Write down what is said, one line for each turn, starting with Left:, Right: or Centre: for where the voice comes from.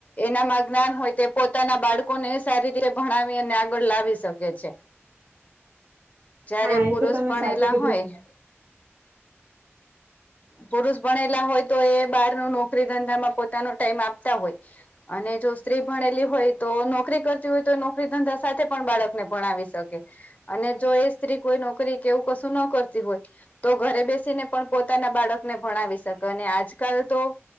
Left: એનામાં જ્ઞાન હોય, તે પોતાનાં બાળકોને સારી રીતે ભણાવી ને ગળ લાવી શકે છે. જ્યારે
Right: હા એ
Left: પુરુષ
Right: તો તમે
Left: પણ
Right: સાચું
Left: એલા
Right: કીધું
Left: હોય પુરુષ ભણેલા હોય તો એ બહાર નો નોકરી-ધંધામાં પોતાનો ટાઈમ આપતા હોય અને જો સ્ત્રી ભણેલી હોય તો નોકરી કરતી હોય તો નોકરી-ધંધા સાથે પણ બાળકને ભણાવી શકે અને જો એ સ્ત્રી કોઈ નોકરી કે એવું કશું ના કરતી હોય તો ઘરે બેસીને પણ પોતાના બાળકને ભણાવી શકે અને આજકાલ તો